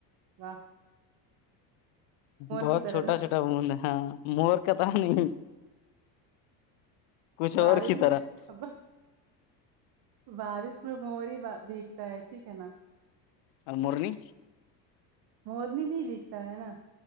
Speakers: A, on the right (about 50°); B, on the left (about 70°).
A: و
B: بہت
A: کی طرح
B: چھوٹا
A: نا
B: چھوٹا بند ہاں مور کات نہیں کچھ
A: بار
B: اور کی
A: ج
B: طرح
A: بارش میں مور بھیگتا ہے ٹھیک ہے نا
B: ال مورنی
A: مورنی نہیں وکتا ہے نا